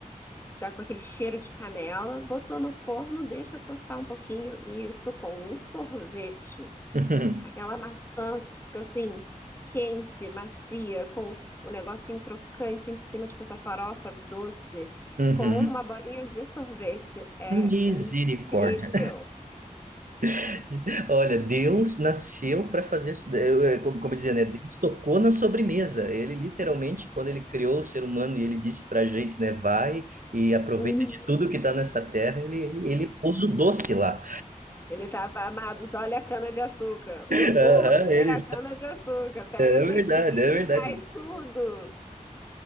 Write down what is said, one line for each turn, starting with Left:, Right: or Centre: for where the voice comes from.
Left: já com aquele cheiro de canela, botou no forno, deixa tostar um pouquinho e isso com um sorvete.
Right: uhum,
Left: Aquela maçã, assim, quente, macia, com o negocinho crocante em cima, tipo essa farofa doce,
Right: uhum.
Left: com uma bolinha de sorvete. É
Right: Misericórdia.
Left: incrível.
Right: <laughs> Olha, Deus nasceu para fazer, isso. Eu é, como, como dizia, né? Deus tocou na sobremesa. Ele literalmente, quando ele criou o ser humano e ele disse para a gente, né? Vai e aproveita
Left: Uhum.
Right: de tudo que está nessa terra, ele, ele, ele pôs o doce lá.
Left: Ele estava, amados, olha a cana-de-açúcar.
Right: <laughs>
Left: O,
Right: Aham,
Left: o rolê
Right: ele,
Left: é a cana-de-açúcar. Pega
Right: é
Left: isso
Right: verdade,
Left: aqui
Right: é verdade.
Left: e faz tudo.